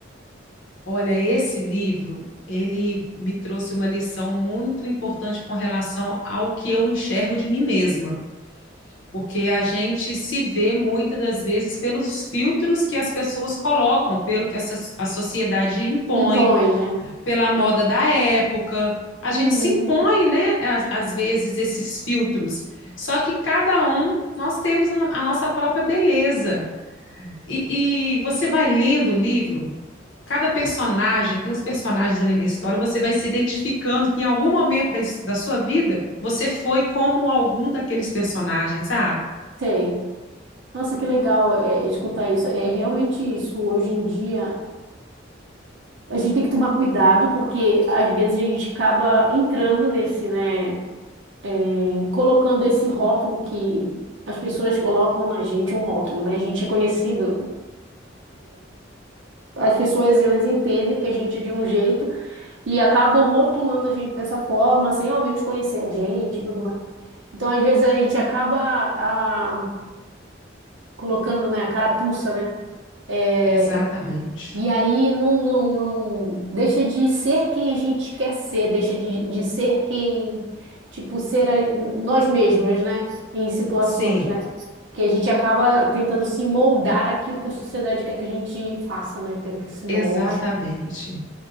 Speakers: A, on the left (about 75°); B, on the right (about 70°).
A: Olha, esse livro, ele me trouxe uma lição muito importante com relação ao que eu enxergo de mim mesma, porque a gente se vê muitas das vezes pelos filtros que as pessoas colocam, pelo que a, so- a sociedade impõe,
B: Impõe, né?
A: pela moda da época. A
B: Uhum,
A: gente se impõe, né, às, às vezes, esses filtros. Só que cada um, nós temos uma- a nossa própria beleza. E, e você vai lendo o livro cada personagem, tem os personagens ali na história, você vai se identificando que em algum momento da, da sua vida você foi como algum daqueles personagens, sabe?
B: sei. Nossa, que legal é, escutar isso. É realmente isso. Hoje em dia, a gente tem que tomar cuidado, porque às vezes a gente acaba entrando nesse, né? em- Colocando esse rótulo que as pessoas colocam na gente, um rótulo, né? A gente é conhecido. As pessoas, elas entendem que a gente é de um jeito e acabam rotulando a gente dessa forma, sem ao menos conhecer a gente e tudo mais. Então, às vezes, a gente acaba ah, colocando, né, a carapuça, né? É,
A: Exatamente.
B: e aí não, não, não deixa de ser quem a gente quer ser, deixa de, de ser quem, tipo, ser a- nós mesmos, né? Em situações,
A: Sim,
B: né? Que a gente acaba tentando se moldar aquilo que a sociedade quer que a gente faça, né? Quer que se molde.
A: exatamente.